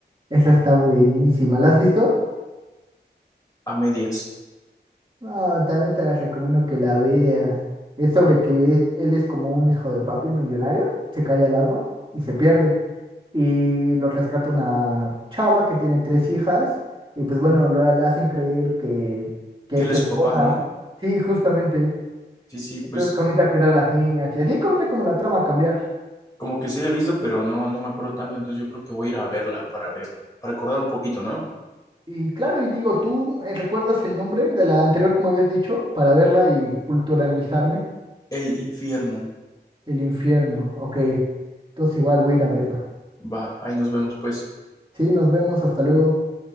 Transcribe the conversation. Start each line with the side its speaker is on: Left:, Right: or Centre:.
Right: Esa está buenísima. ¿La has visto?
Left: A medias.
Right: No, también te las recomiendo que la veas. Es sobre que él, él es como un hijo de papi millonario, se cae al agua y se pierde. Y lo rescata una chava que tiene tres hijas y pues bueno, lo, le hacen creer que, que
Left: Que
Right: es
Left: él
Right: su
Left: es
Right: esposa.
Left: su papá, ¿no?
Right: Sí, justamente.
Left: Sí, sí,
Right: Entonces
Left: pues
Right: comienza a cuidar a las niñas y así comienza como la trama a cambiar.
Left: como que sí la he visto, pero no, no me acuerdo tanto, entonces yo creo que voy a ir a verla para ver, para recordar un poquito, ¿no?
Right: Y claro, y digo, ¿tú eh, recuerdas el nombre de la anterior, como habías dicho, para verla y culturalizarme?
Left: El infierno.
Right: El infierno, ok. Entonces igual voy a ir a verla.
Left: Va, ahí nos vemos pues.
Right: Sí, nos vemos, hasta luego.